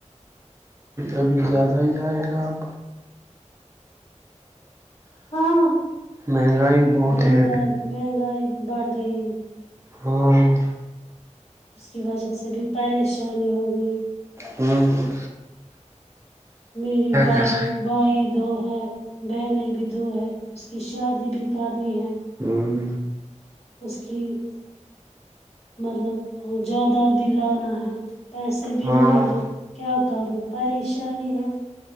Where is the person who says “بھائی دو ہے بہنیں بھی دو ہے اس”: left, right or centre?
Left